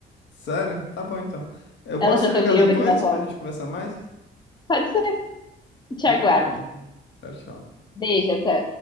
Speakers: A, on the left; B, on the left.
A: Sério? Tá bom então. Eu
B: Elas
A: posso
B: já
A: te
B: estão
A: ligar
B: miando
A: depois
B: aqui na roda.
A: pra gente conversar mais?
B: Pode ser. Te
A: Tudo
B: aguardo.
A: bem então. Tchau, tchau.
B: Beijo, até.